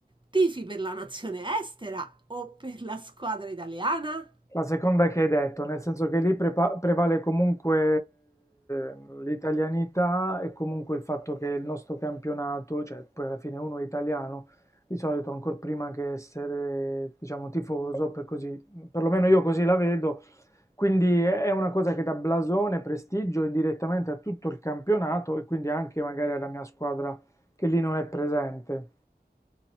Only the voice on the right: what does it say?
tifi per la nazione estera o per la squadra italiana?